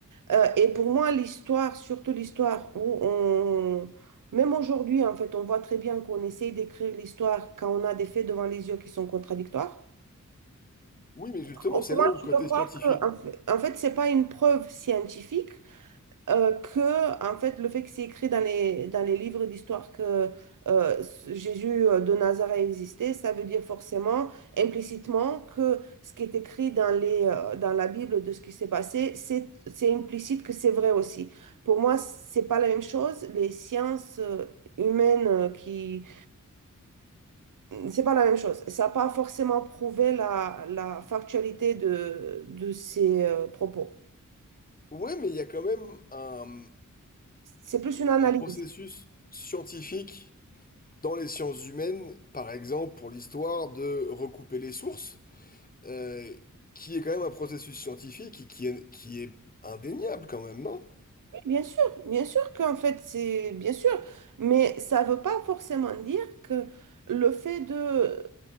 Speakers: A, on the right; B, on the left.
A: Euh, et pour moi, l'histoire, surtout l'histoire où on... Même aujourd'hui, en fait, on voit très bien qu'on essaye d'écrire l'histoire quand on a des faits devant les yeux qui sont contradictoires.
B: Oui, mais justement,
A: Pour
B: c'est
A: moi
B: là où le côté
A: tu peux croire
B: scientifique.
A: que, en fait, en fait, c'est pas une preuve scientifique, euh, que en fait le fait que c'est écrit dans les, dans les livres d'histoire que euh, Jésus euh, de Nazareth existait, ça veut dire forcément implicitement que ce qui est écrit dans les, euh, dans la Bible de ce qui s'est passé, c'est, c'est implicite que c'est vrai aussi. Pour moi, c'est pas la même chose. Les sciences euh, humaines euh, qui... C'est pas la même chose. Ça n'a pas forcément prouvé la, la factualité de, de ces euh, propos.
B: Ouais, mais il y a quand même un,
A: C'est plus une analyse.
B: un processus scientifique dans les sciences humaines, par exemple pour l'histoire de recouper les sources, euh, qui est quand même un processus scientifique et qui est, qui est indéniable quand même, non?
A: Bien sûr, bien sûr qu'en fait, c'est bien sûr, mais ça ne veut pas forcément dire que le fait de